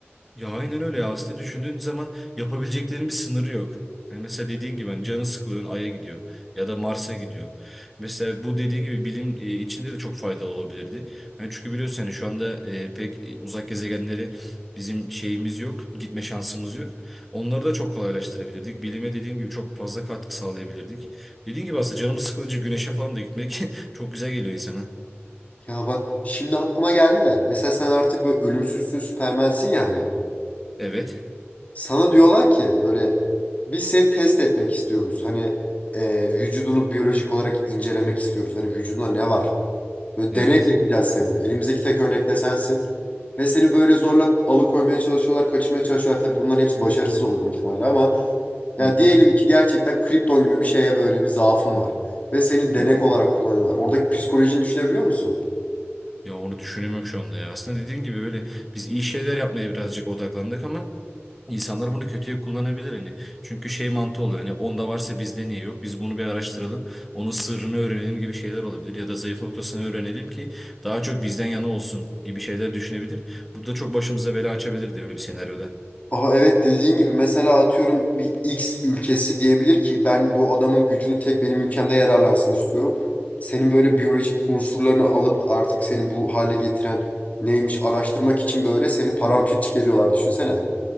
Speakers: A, in the centre; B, on the left (about 35°).
A: Ya aynen öyle ya. Aslında düşündüğün zaman yapabileceklerinin bir sınırı yok. Yani mesela dediğin gibi hani canı sıkılıyor Ay'a gidiyor ya da Mars'a gidiyor. Mesela bu dediğin gibi bilim e, içinde de çok faydalı olabilirdi. Yani çünkü biliyorsun hani şu anda e, pek e, uzak gezegenleri bizim şeyimiz yok, gitme şansımız yok. Onları da çok kolaylaştırabilirdik. Bilime dediğim gibi çok fazla katkı sağlayabilirdik. Dediğin gibi aslında canımız sıkılınca güneşe falan da gitmek <laughs> çok güzel geliyor insana.
B: Ya bak şimdi aklıma geldi de mesela sen artık böyle ölümsüzsün süpermensin ya hani.
A: Evet,
B: Sana diyorlar ki böyle biz seni test etmek istiyoruz. Hani e, vücudunu biyolojik olarak incelemek istiyoruz. Hani vücudunda ne var? Böyle
A: evet.
B: denek yapacağız seni. Elimizdeki tek örnek de sensin. Ve seni böyle zorla alıkoymaya çalışıyorlar, kaçırmaya çalışıyorlar. Tabii bunların hepsi başarısız olur büyük ihtimalle ama ya
A: Hı hı.
B: diyelim ki gerçekten kripton gibi bir şeye böyle bir zaafın var. Ve seni denek
A: Hı hı.
B: olarak kullanıyorlar. Oradaki psikolojini düşünebiliyor musun?
A: Ya onu düşünemiyorum şu anda ya. Aslında dediğin gibi böyle biz iyi şeyler yapmaya birazcık odaklandık ama insanlar bunu kötüye kullanabilir hani. Çünkü şey mantığı olur hani onda varsa bizde niye yok? Biz bunu bir araştıralım. Onun sırrını öğrenelim gibi şeyler olabilir ya da zayıf noktasını öğrenelim ki daha çok bizden yana olsun gibi şeyler düşünebilir. Bu da çok başımıza bela açabilir de öyle bir senaryoda.
B: Aha evet dediğin gibi mesela atıyorum bir X ülkesi diyebilir ki ben bu adamın gücünü tek benim ülkemde yararlansın istiyorum. Senin böyle biyolojik unsurlarını alıp artık seni bu hale getiren neymiş araştırmak için böyle seni paramparçık ediyorlar düşünsene.